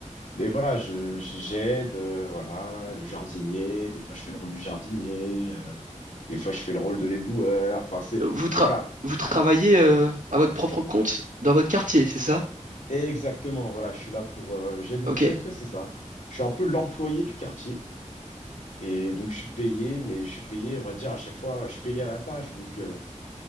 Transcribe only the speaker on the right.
Vous, tra-
vous travaillez euh, à votre propre compte dans votre quartier, c'est ça?
Ok.